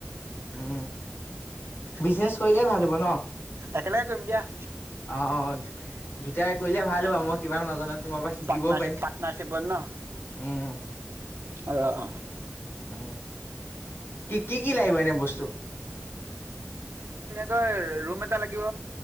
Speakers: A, on the left; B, on the right.
A: উম। বিজনেচ কৰিলে ভাল হ'ব ন?
B: একেলগে কৰিম দিয়া।
A: অ অ দুটাই কৰিলে ভাল হ'ব মই কিবা নজনা তোমাৰ পৰা শিকিবও
B: পাৰ্টনাৰশ্বিপ
A: পাৰিম,
B: পাৰ্টনাৰশ্বিপত ন
A: উম।
B: অ'
A: উম, কি, কি, লাগিব এনে বস্তু?
B: ক ৰুম এটা লাগিব।